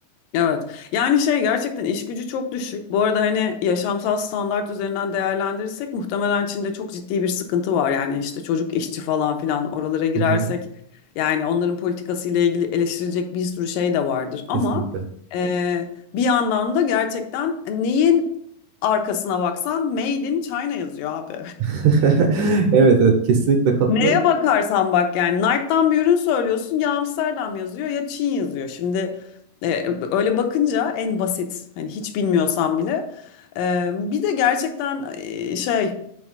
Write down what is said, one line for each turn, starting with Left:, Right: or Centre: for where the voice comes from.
Left: Evet. Yani şey gerçekten iş gücü çok düşük. Bu arada hani yaşamsal standart üzerinden değerlendirirsek muhtemelen Çin'de çok ciddi bir sıkıntı var. Yani işte çocuk işçi falan filan oralara girersek
Right: Hı hı,
Left: yani onların politikasıyla ilgili eleştirilecek bir sürü şey de vardır. Ama
Right: kesinlikle.
Left: e, bir yandan da gerçekten neyin arkasına baksan Made in China yazıyor abi.
Right: <laughs> Evet evet kesinlikle katılıyorum.
Left: Neye bakarsan bak yani Nike'dan bir ürün söylüyorsun ya Amsterdam yazıyor ya Çin yazıyor. Şimdi e, öyle bakınca en basit hani hiç bilmiyorsan bile. E, bir de gerçekten e, şey